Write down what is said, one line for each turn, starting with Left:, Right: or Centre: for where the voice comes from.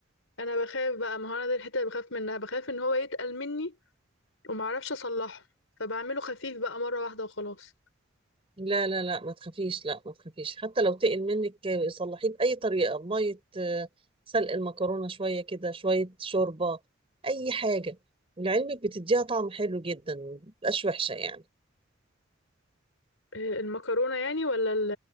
Left: انا بخاف بقى ما هو انا دي الحتة اللي بخاف منها بخاف ان هو يتقل مني ومعرفش اصلحه فبعمله خفيف بقى مرة واحدة وخلاص
Right: لا لا لا ما تخافيش لا ما تخافيش حتى لو تقل منك آه، صلحيه بأي طريقة بمية آه، سلق المكرونة شوية كده شوية شوربة أي حاجة ولعلمك بتديها طعم حلو جدا ما بتبقاش وحشة يعني
Left: إيه، المكرونة يعني ولا ال-